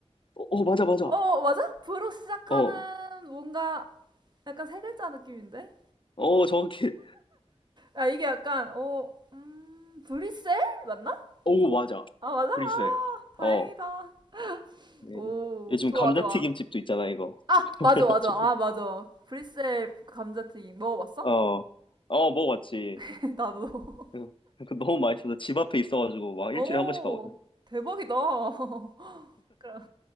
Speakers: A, on the left (about 50°); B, on the right (about 40°).
A: 어, 맞아, 맞아.
B: 어, 맞아? 브로 시작하는
A: 어,
B: 뭔가 약간 세 글자 느낌인데?
A: 어, 정확히.
B: 야 이게 약간, 어, 음, 브리셀? 맞나?
A: 오, 맞아.
B: 아, 맞아? 아,
A: 브뤼셀.
B: 다행이다.
A: 어. 예,
B: 오,
A: 요즘
B: 좋아,
A: 감자튀김집도
B: 좋아.
A: 있잖아, 이거.
B: 아,
A: <laughs>
B: 맞아,
A: 그래가지고.
B: 맞아. 아, 맞아. 브리셀 감자튀김 먹어봤어?
A: 어. 어, 먹어봤지.
B: <laughs> 나도.
A: 응. <laughs> 너무 많이 어서집 앞에 있어가지고
B: <laughs>
A: 막
B: 오,
A: 일주일에 한 번씩 가거든.
B: 대박이다. <laughs> 그럼,